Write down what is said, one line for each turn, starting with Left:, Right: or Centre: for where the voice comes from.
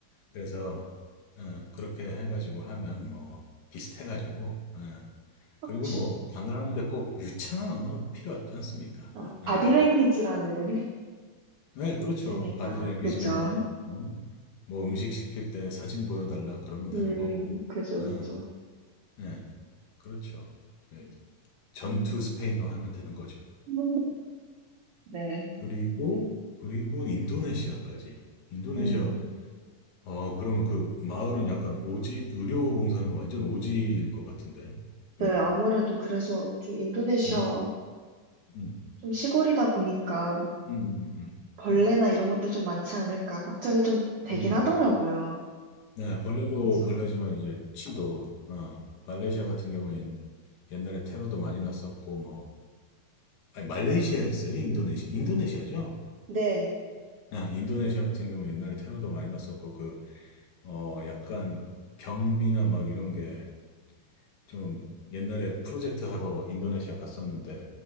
Left: 그래서 예, 그렇게 해가지고 하면 뭐 비슷해가지고 예,
Right: 혹시,
Left: 그리고 뭐 관광하는데 꼭 유창한 언어 필요 없지 않습니까?
Right: 아, 바디랭귀지라는
Left: 예.
Right: <laughs>
Left: 네,
Right: 게
Left: 그렇죠.
Right: 있으니까,
Left: 바디랭귀지랑
Right: 그죠?
Left: 어? 뭐 음식 시킬 때 사진 보여달라 그러면 되는
Right: 음,
Left: 거고 뭐.
Right: 그죠,
Left: 예,
Right: 그죠.
Left: 예, 그렇죠. 예, 전투
Right: 음,
Left: 스페인어 하면 되는 거죠.
Right: <laughs> 네,
Left: 그리고, 그리고 인도네시아까지. 인도네시아,
Right: 음.
Left: 아, 그러면 그 마을은 약간 오지, 의료봉사하면 완전 오지일 것 같은데. 네.
Right: 네, 아무래도 그래서 좀 인도네시아,
Left: 네. 음,
Right: 좀 시골이다 보니까, 뭐
Left: 음, 음, 음,
Right: 벌레나
Left: 음,
Right: 이런 것도 좀 많지 않을까 걱정이 좀 되긴
Left: 음.
Right: 하더라고요.
Left: 네, 벌레도
Right: 그래서
Left: 벌레지만 이제 침도, 어, 말레이시아 같은 경우엔 옛날에 테러도 많이 났었고, 뭐, 아니, 말레이시아였어요? 인도네시아? 인도네시아죠?
Right: 네.
Left: 아, 인도네시아 같은 경우 옛날에 테러도 많이 났었고, 그, 어, 약간 경비나 막 이런 게 좀 옛날에 프로젝트 하러 인도네시아 갔었는데